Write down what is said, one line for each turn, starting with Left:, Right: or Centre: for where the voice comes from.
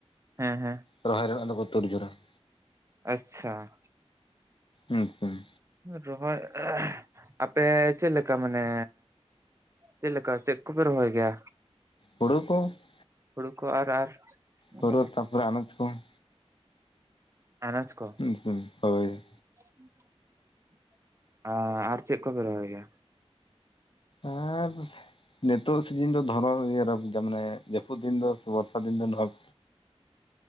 Right: ᱦᱮᱸ ᱦᱮᱸ
Left: ᱨᱚᱦᱚᱭ ᱨᱮᱱᱟᱜ ᱫᱚᱠᱚ ᱛᱩᱨ ᱡᱳᱨᱟ ᱾
Right: ᱟᱪᱪᱷᱟ ᱾
Left: ᱟᱪᱪᱷᱟ ᱾
Right: ᱨᱚᱦᱚᱭ ᱟᱯᱮ ᱪᱮᱫ ᱞᱮᱠᱟ ᱢᱟᱱᱮ ᱪᱮᱫ ᱞᱮᱠᱟ ᱪᱮᱫ ᱠᱚᱯᱮ ᱨᱚᱦᱚᱭ ᱜᱮᱭᱟ?
Left: ᱦᱳᱲᱳ ᱠᱚ ᱾
Right: ᱦᱳᱲᱳ ᱠᱚ ᱟᱨ ᱟᱨ ᱚᱱᱠᱟᱱᱟᱜ
Left: ᱦᱳᱨᱳ ᱛᱟᱨᱯᱚᱨᱮ ᱟᱱᱟᱡᱽ ᱠᱚ ᱾
Right: ᱟᱱᱟᱡᱽ ᱠᱚ
Left: ᱦᱩᱸ ᱥᱮ ᱦᱳᱭ
Right: ᱾ ᱟᱻ ᱟᱨ ᱪᱮᱫ ᱠᱚᱯᱮ ᱨᱚᱦᱚᱭ ᱜᱮᱭᱟ?
Left: ᱟᱨ ᱱᱤᱛᱚᱜ ᱥᱤᱡᱤᱱ ᱫᱚ ᱫᱷᱚᱨᱚ ᱤᱭᱟᱹ ᱨᱮ ᱢᱟᱱᱮ ᱡᱟᱹᱯᱩᱫ ᱫᱤᱱ ᱫᱚ <unintelligible> ᱟᱹᱵᱤᱱ ᱫᱚ ᱱᱚᱦᱚᱜ